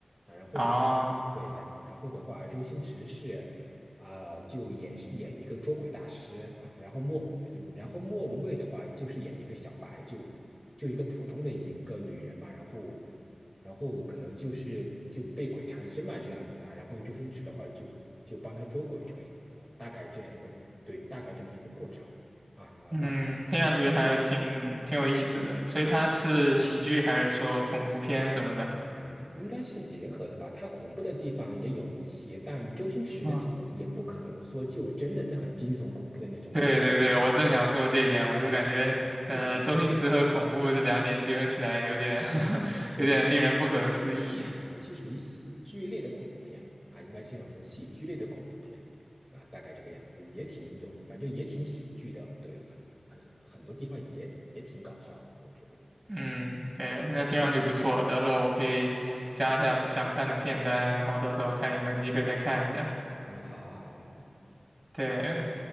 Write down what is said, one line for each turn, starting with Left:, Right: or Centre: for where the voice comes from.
Centre: 啊，然后的
Right: 啊，
Centre: 对，然然后的话，周星驰是啊、就演演一个捉鬼大师啊，然后莫嗯然后莫文蔚的话就是演一个小白，就就一个普通的一个女人嘛，然后。然后可能就是就被鬼缠身嘛这样子啊。然后周星驰的话就就帮他捉鬼这个样子啊，大概这样一个对，大概这么一个过程啊啊，
Right: 嗯，
Centre: 大概
Right: 听上去还挺挺有意思的。所以它是喜剧还是说恐怖片什么的？
Centre: 嗯应该是结合的吧。它恐怖的地方也有一些，但周星驰的电影也不可能说就真的是很惊悚恐怖的那种啊，
Right: 嗯，对对对，我正想说这一点，
Centre: 嗯，
Right: 我就感觉呃，
Centre: 对，是就是
Right: 周星驰和恐怖这两点结合起来，有点 <laughs>
Centre: 对
Right: 有点令人不可思议。
Centre: 也是属于喜剧类的恐怖片啊，应该这样说，喜剧类的恐怖片啊，大概这个样子，也挺有，反正也挺喜剧的，对，很很很多地方也也挺搞笑的，我觉得。
Right: 嗯，
Centre: 嗯，
Right: 对，那听上去不错，到时候我可以加一下想看的片单，然后到时候看有没有机会再看一下。
Centre: 嗯，好啊，好啊，好啊，
Right: 对，